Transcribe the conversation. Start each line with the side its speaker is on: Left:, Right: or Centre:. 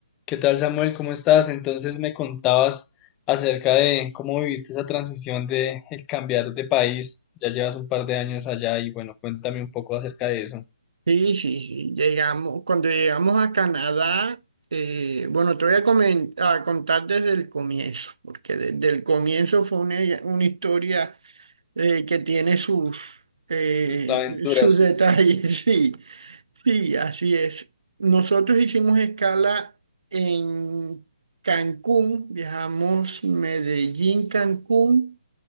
Left: ¿Qué tal, Samuel? ¿Cómo estás? Entonces me contabas acerca de cómo viviste esa transición de el cambiar de país. Ya llevas un par de años allá y bueno, cuéntame un poco acerca de eso.
Right: Sí, sí, sí. Llegamos, cuando llegamos a Canadá, eh, bueno, te voy a, comen- a contar desde el comienzo, porque desde el comienzo fue una, una historia eh, que tiene sus, eh,
Left: Tus aventuras.
Right: sus detalles, <laughs> sí, sí, así es. Nosotros hicimos escala en Cancún, viajamos Medellín, Cancún.